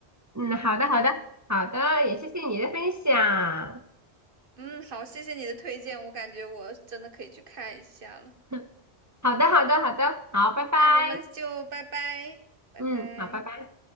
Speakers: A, on the right; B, on the right.
A: 嗯，好的，好的，好的，也谢谢你的分享。
B: 嗯，好，谢谢你的推荐，我感觉我真的可以去看一下了。
A: <laughs> 好的，好的，好的，好，拜拜。
B: 那我们就拜拜，拜拜。
A: 嗯，好，拜拜。